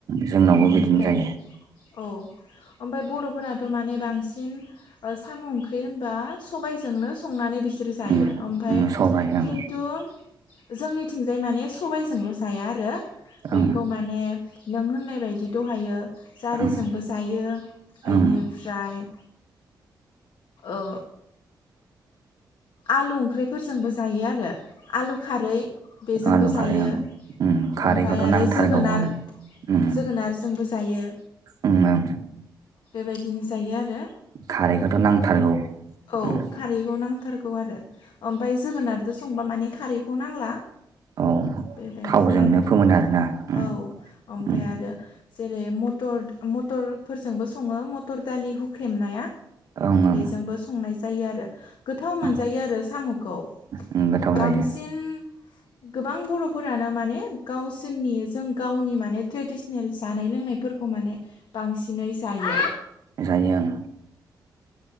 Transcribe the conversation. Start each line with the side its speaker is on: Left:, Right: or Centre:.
Right: जोंनावबो
Left: बेनिफ्राय
Right: बिदिनो जायो
Left: औव ओमफ्राय बर' फोराथ' माने बांसिन ओ साम'ओंख्रि होनबा सबाइजो जोंनो संनानै बिसोरो जायो
Right: ओं
Left: ओमफ्राय
Right: ओं सबाय
Left: खिन्थु-
Right: ओं
Left: जोंनिथिंजाय माने सबायजोंल' जाया आरो बेखौ
Right: ओं
Left: माने नों होननाय बायदि दहायो जारिजोंबो
Right: ओं
Left: जायो बेनिफ्राय
Right: ओं
Left: ओ। आलु ओंख्रिफोरजोंबो जायो आरो आलु खारै बेजोंबो
Right: आलु
Left: जायो।
Right: खारै ओं उम खारैखौथ'
Left: ओमफ्राय आरो
Right: नांथारगौ
Left: जोगोनार
Right: ओं उम
Left: जोगोनारजोंबो जायो
Right: उम ओं
Left: बेबायदिनो जायो आरो।
Right: खारैखौथ' नांथारगौ
Left: औव
Right: ओम
Left: खारैखौ नां नांगौ आरो ओमफ्राय जोगोनारजों संबा माने खारैखौ नांला।
Right: औ
Left: बेबायदिनो
Right: थावजोंनो
Left: आरो
Right: फोमोनो आरोना ओम
Left: औव ओमफ्राय
Right: ओम
Left: आरो जेरै मटर मटरफोरजोंबो सङो म टर दालि हुख्रेमनाया
Right: ओं ओं
Left: बेजोंबो संनाय जायो आरो। गोथाव
Right: ओं
Left: मोनजायो आरो साम'खौ
Right: ओं गोथाव
Left: बांसिन
Right: जायो
Left: गोबां बर' फोरानो माने गावसोरनि जों गावनि माने ट्रेडिसनेल जानाय लोंनायफोरखौ माने बांसिनै जायो।
Right: जायो आं।